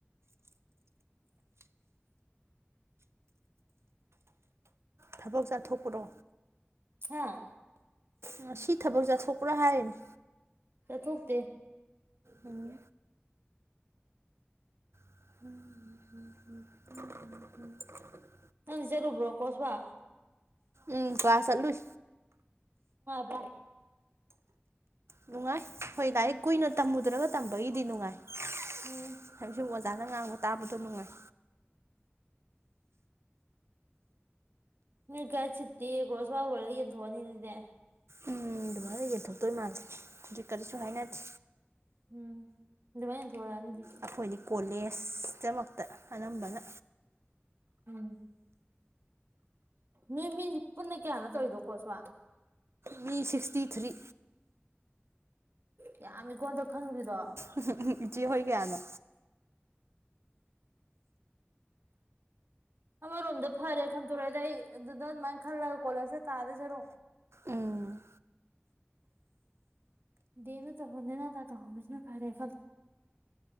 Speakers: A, on the right (about 85°); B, on the right (about 60°).
A: ꯊꯕꯛ ꯆꯠꯊꯣꯛꯄ꯭ꯔꯣ
B: ꯍꯥꯥ
A: ꯉꯥꯁꯤ ꯊꯕꯛ ꯆꯠꯊꯣꯛꯄ꯭ꯔꯥ ꯍꯥꯏꯔꯤꯅꯤ
B: ꯆꯠꯊꯣꯛꯇꯦ
A: ꯎꯝ ꯎꯝ ꯍꯝꯍꯝ ꯎꯝ ꯍꯝ
B: ꯅꯪꯗꯤ ꯆꯠꯂꯨꯕ꯭ꯔꯣ ꯀꯣꯔꯁ ꯋꯥꯔꯛ
A: ꯎꯝ ꯀ꯭ꯂꯥꯁ ꯆꯠꯂꯨꯢ
B: ꯑꯣ
A: ꯅꯨꯡꯉꯥꯏ ꯍꯣꯏ ꯂꯥꯏꯔꯤꯛ ꯀꯨꯏꯅ ꯇꯝꯃꯨꯗ꯭ꯔꯒ ꯇꯝꯕꯒꯤꯗꯤ ꯅꯨꯡꯉꯥꯏ <unintelligible>
B: ꯎꯝ
A: ꯑꯣꯖꯥꯅ ꯉꯥꯡꯕ ꯇꯥꯕꯗꯣ ꯅꯨꯡꯉꯥꯏ
B: ꯅꯣꯢ ꯒꯥꯢꯠ ꯁꯤꯠꯇꯤ ꯀꯣꯔꯁ ꯋꯥꯔꯛ ꯂꯣꯏꯔꯒ ꯌꯦꯟꯊꯣꯛꯑꯅꯤ ꯑꯗꯨꯗꯤ
A: ꯎꯝ ꯑꯗꯨꯃꯥꯏꯅ ꯌꯦꯟꯊꯣꯛꯇꯣꯏ ꯃꯥꯜꯂꯦ ꯍꯧꯖꯤꯛ ꯀꯔꯤꯁꯨ ꯍꯥꯏꯅꯗꯦ
B: ꯎꯝ ꯑꯗꯨꯃꯥꯏꯅ ꯊꯣꯛꯂꯛꯑꯅꯤ ꯑꯗꯨꯗꯤ
A: ꯑꯩꯈꯣꯏꯗꯤ ꯀꯣꯂꯦꯖ ꯇꯃꯛꯇ ꯑꯅꯝꯕꯅ
B: ꯎꯝ ꯅꯣꯏ ꯃꯤ ꯄꯨꯟꯅ ꯀꯌꯥꯅꯣ ꯇꯧꯔꯤꯗꯣ ꯀꯔꯣꯁ ꯋꯥ꯭ꯔꯛ
A: ꯃꯤ ꯁꯤꯛꯁꯇꯤ ꯊ꯭ꯔꯤ
B: ꯌꯥꯝꯃꯦꯀꯣ ꯍꯟꯗꯛ ꯈꯟꯒ꯭ꯔꯤꯗꯣ
A: ꯎꯝ ꯍꯨ ꯎꯝ ꯍꯨ ꯢꯆꯦ ꯍꯣꯏ ꯀꯌꯥꯅꯣ
B: ꯑꯃꯔꯣꯝꯗ ꯐꯔꯦ ꯈꯟꯇꯣꯔꯛꯑꯦꯗ ꯑꯩ ꯑꯗꯨꯗ ꯑꯗꯨꯃꯥꯏꯅ ꯈꯜꯂꯒ ꯀꯣꯂꯦꯖꯇ ꯇꯥꯗꯣꯢ ꯁꯔꯨꯛ
A: ꯎꯝ
B: ꯗꯦꯃꯗ ꯇꯧꯍꯧ ꯅꯦꯅꯥꯇꯥꯅ ꯇꯧꯍꯧꯕꯁꯤꯅ ꯐꯔꯦ ꯈꯜ